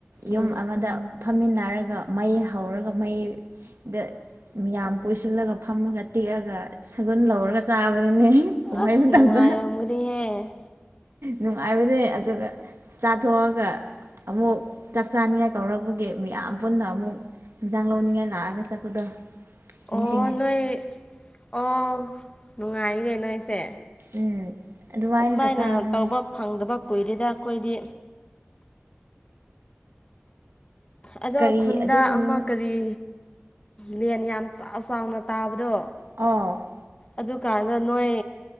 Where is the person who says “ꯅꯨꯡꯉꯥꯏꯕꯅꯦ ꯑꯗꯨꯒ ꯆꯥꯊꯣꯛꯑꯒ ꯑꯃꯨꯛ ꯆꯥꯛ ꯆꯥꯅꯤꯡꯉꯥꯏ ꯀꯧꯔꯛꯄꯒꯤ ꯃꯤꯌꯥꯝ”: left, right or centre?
Right